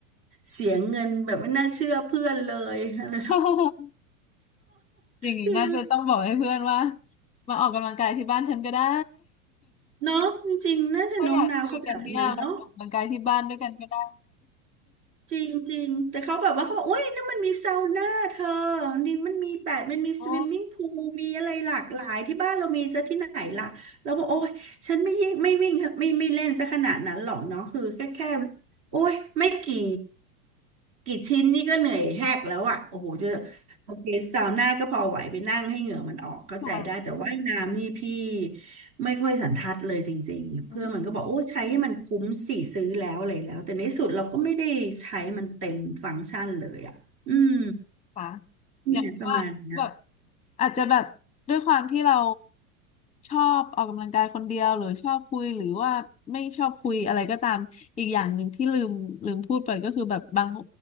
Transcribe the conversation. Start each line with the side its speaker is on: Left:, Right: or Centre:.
Right: เสียเงินแบบไม่น่าเชื่อเพื่อนเลยอะไร
Left: <laughs> อย่างนี้น่าจะต้องบอกให้เพื่อนว่า
Right: <laughs> คือ
Left: มาออกกำลังกายที่บ้านฉันก็ได้
Right: เนาะจริงๆน่าจะโน้มน้าวเขาแบบนั้นเนาะ
Left: <laughs> ถ้าอยากคุยกันเนี่ยมาออกกำลังกายที่บ้านด้วยกันก็ได้
Right: จริงจริงแต่เขาแบบว่าเขาบอกโอ้ยนั่นมันมีซาวน่าเธอนี่มันมีแปดมันมีสวิมมิ่งพูลมีอะไรหลากหลายที่บ้านเรามีซะที่ไหนล่ะเราบอกโอ้ยฉันไม่ยิ่งไม่วิ่งไม่ไม่เล่นซะขนาดนั้นหรอกเนาะคือแค่แค่
Left: <laughs> โอ้
Right: โอ้ยไม่กี่กี่ชิ้นนี่ก็เหนื่อยแหกแล้วอ่ะโอ้โหจะโอเคซาวน่าก็พอไหวไปนั่งให้เหงื่อมันออกเข้าใจได้แต่ว่ายน้ำนี่พี่
Left: ค่ะ
Right: ไม่ค่อยสันทัดเลยจริงๆเพื่อนมันก็บอกโอ้ใช้ให้มันคุ้มสี่ซื้อแล้วอะไรแล้วแต่ในที่สุดเราก็ไม่ได้ใช้มันเต็มฟังก์ชันเลยอ่ะอืม
Left: <laughs> อืมค่ะ
Right: ใ่หมประมาณเนี้ย
Left: อย่างที่ว่าแบบ อาจจะแบบด้วยความที่เราชอบออกกำลังกายคนเดียวหรือชอบคุยหรือว่าไม่ชอบคุยอะไรก็ตามอีกอย่างหนึ่งที่ลืมลืมพูดไปก็คือแบบบาง